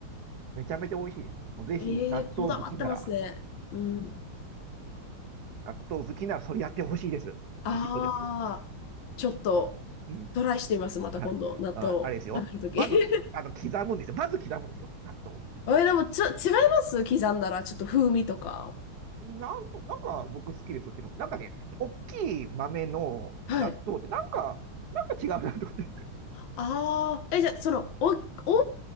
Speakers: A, on the right; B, on the left.
A: うめちゃめちゃ美味しいですよ。もうぜひ、
B: ええこだわってますね。
A: 納豆好きなら、
B: うん。
A: 納豆好きならそれやってほしいです。
B: ああ、
A: 一度だけで。
B: ちょっと
A: うん。
B: トライしてみます。また今度、
A: はい。
B: 納豆食べるとき。
A: あ、あれですよ。まず、
B: <laughs>
A: あの、刻むんですよ。まず刻むんですよ。納豆を。
B: え、でもちょ、違います刻んだら、ちょっと風味とか。
A: なんと、なんか僕好きです、そっちの方。なんかね、大きい豆の納豆って、
B: はい。
A: なんか、なんか違うなと思って。
B: ああ、え、
A: <laughs>
B: じゃあ、その、お、大粒